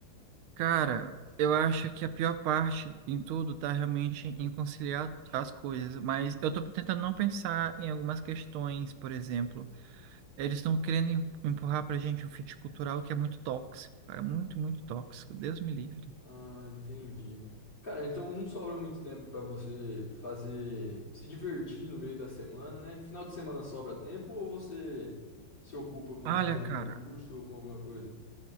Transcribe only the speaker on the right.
Cara, eu acho que a pior parte em tudo tá realmente em conciliar as coisas, mas eu tô tentando não pensar em algumas questões, por exemplo, eles estão querendo em- empurrar pra gente um fit cultural que é muito tóxico, cara, muito, muito tóxico, Deus me livre.
Olha,
cara,